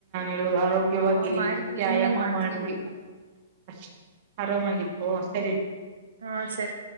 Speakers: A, on the right (about 40°); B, on the right (about 80°).
A: ಹೇಳು ಆರೋಗ್ಯವಾಗಿರಿ
B: ಹ ಮಾಡ್ತೀನಿ
A: ವ್ಯಾಯಾಮ
B: ಇನ್ಮೇಲ್ ಮಾಡ್ತೀನಿ
A: ಮಾಡ್ರಿ
B: ಬಿಡಿ.
A: ಅಷ್ಟೇ ಆರಾಮಾಗಿತ್ತು ಸರಿ
B: ಹಾ ಸರಿ